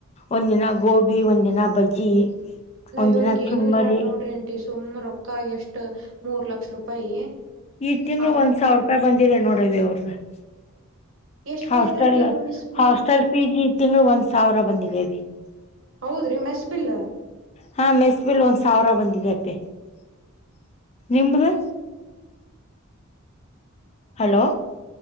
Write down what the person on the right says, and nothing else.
ನಾವ್
ಇವರಿಗ
ಏನು ಇಲ್ಲಾ ನೋಡ್ರಿ ಆಂಟಿ ಸುಮ್ನ ರೊಕ್ಕ ಎಷ್ಟ ಮೂರ ಲಕ್ಷ ರೂಪಾಯಿ
ಆಮೇಲೆ
ಎಷ್ಟ್
ಬಂದಿದೆ aunty miss bill
ಹೌದ ರೀ ಮೆಸ್ ಬಿಲ್ಲ?